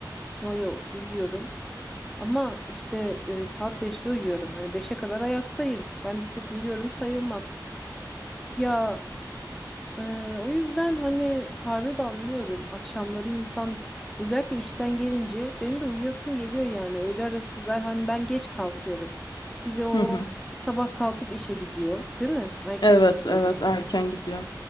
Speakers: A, in the centre; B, on the left.
A: Yo yo uyuyorum. Ama işte e, saat beşte uyuyorum. Hani beşe kadar ayaktayım. Ben de çok uyuyorum sayılmaz. Ya e, o yüzden hani Tarık'ı da anlıyorum. Akşamları insan özellikle işten gelince benim de uyuyasım geliyor yani. Öğle arası zaten hani ben geç kalkıyorum. Bir de o
B: Hı hı.
A: sabah kalkıp işe gidiyor, değil mi? Erken
B: Evet
A: gidiyordur.
B: evet erken gidiyor.